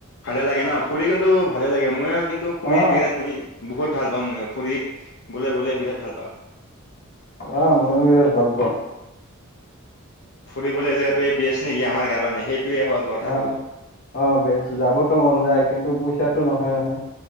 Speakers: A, on the left; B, on the left.
A: ভালে লাগে ন ফুৰি কিন্তু ভালে লাগে ময়ো কিন্তু ফুৰি
B: অ।
A: বিৰাট মৰি বহুত ভাল পাওঁ মইয়ো ফুৰিবলৈ গ'লে বিৰাট ভাল পাওঁ।
B: অ', ময়ো বিৰাট ভাল পাওঁ।
A: ফুৰিবলৈ যোৱাটোৱে বেচ নেকি আমাৰ কাৰণে সেইটোয়ে হ'ল। কথাটো
B: অ', অ', বেছ যাবতো মন যায় কিন্তু পইচাটো নহয় নহয়।